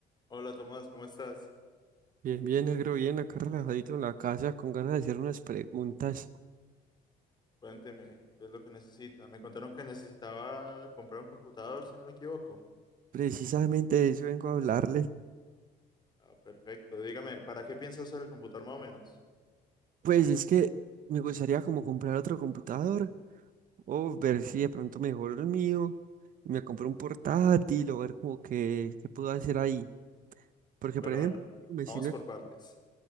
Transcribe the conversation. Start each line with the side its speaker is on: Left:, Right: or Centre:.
Left: Hola Tomás, ¿cómo estás?
Right: Bien, bien, negro, bien, acá relajadito en la casa, con ganas de hacer unas preguntas.
Left: Cuénteme, ¿qué es lo que necesita? Me contaron que necesitaba comprar un computador, si no me equivoco.
Right: Precisamente de eso vengo a hablarle.
Left: Ah, perfecto. Dígame, ¿para qué piensa usar el computador más o menos?
Right: Pues es que me gustaría como comprar otro computador o ver si de pronto mejoro el mío y me compro un portátil o ver como que qué puedo hacer ahí. Porque,
Left: Bueno,
Right: por ejemplo,
Left: bueno,
Right: me
Left: vamos
Right: sirve
Left: por partes.